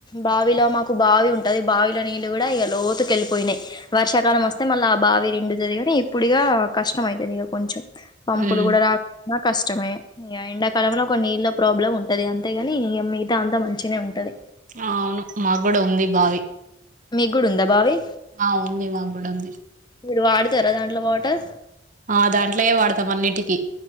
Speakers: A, on the left (about 20°); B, on the right (about 40°).
A: బావిలో మాకు బావి ఉంటది బావిలో నీళ్ళు కూడా ఇగ లోతుకెళ్ళిపోయినాయి వర్షాకాలం వస్తే మళ్ళా ఆ బావి రెండు నిండుతదిగాని ఇప్పుడిగా కష్టం అవుతుంది ఇక కొంచెం పంపులు
B: ఉమ్
A: కూడా రాకున్నా కష్టమే ఎండాకాలంలో ఒక నీళ్ల్లో ప్రాబ్లం ఉంటది అంతేగాని మిగతా అంతా మంచిన ఉంటది
B: అవును మాగుడా ఉంది బావి
A: మీగుడా ఉందా బావి
B: ఆ ఉంది మా గూడ ఉంది
A: మీడు వాడతారా దాంట్లో వాటర్
B: ఆ దాంట్లోయే వాడతాం అన్నింటికిీ